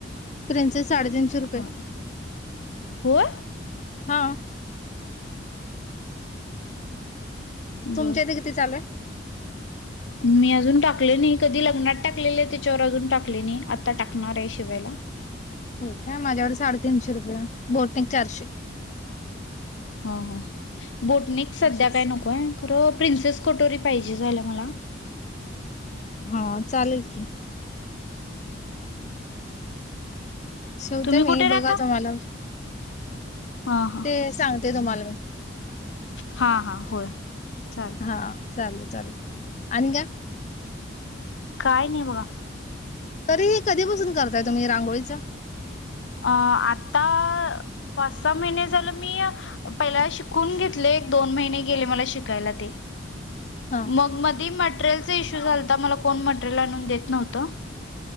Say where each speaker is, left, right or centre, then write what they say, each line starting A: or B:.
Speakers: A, on the left; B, on the left.
A: प्रिनसेस साडेतीनशे रुपये
B: हा होय
A: हा तुमच्या
B: बर
A: इथे किती चालूये
B: मी अजून टाकले नाही कधी लग्नात टाकलेले आहे त्याच्यावर अजून टाकले नाही आता टाकणार आहे शिवायला
A: हो का माझ्यावर साडेतीनशे रुपये आहे बोल ते चारशे
B: ह, ह बोटनिक सध्या
A: असेच
B: काय नकोय खरं प्रिन्सेस कटोरी पाहिजे झालं मला
A: हा चालेल <inaudible> शिवते
B: तुम्ही कुठे
A: मी
B: राहता?
A: बघा तुम्हाला
B: हा हा
A: ते सांगते तुम्हाला मी
B: हा, हा होय चाल
A: हा चालेल चालेल आणि काय
B: काय नाही बघा
A: तरी कधीपासून करताय तुम्ही रांगोळीच
B: अ आता पाच सहा महिने झालं मी पहिल्या शिकून घेतले एक दोन महिने गेले मला शिकायला ते
A: हा
B: मग मधीमध मटेरियलचा इशू झालता मला कोण मटेरियल आणून देत नव्हतं